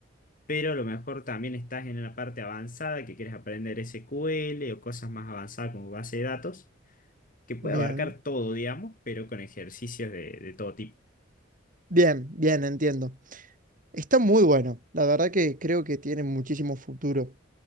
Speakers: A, on the left (about 45°); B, on the right (about 45°).
A: pero a lo mejor también estás en una parte avanzada que quieres aprender SQL o cosas más avanzadas como base de datos, que puede
B: Bien,
A: abarcar todo, digamos, pero con ejercicios de, de todo tipo.
B: bien, bien, entiendo. Está muy bueno. La verdad que creo que tiene muchísimo futuro.